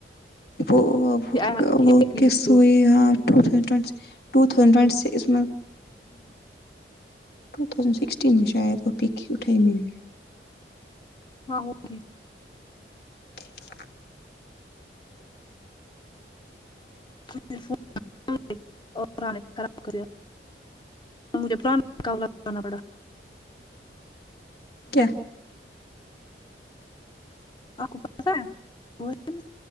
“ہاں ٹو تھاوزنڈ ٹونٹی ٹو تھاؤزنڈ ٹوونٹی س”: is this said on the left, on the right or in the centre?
Left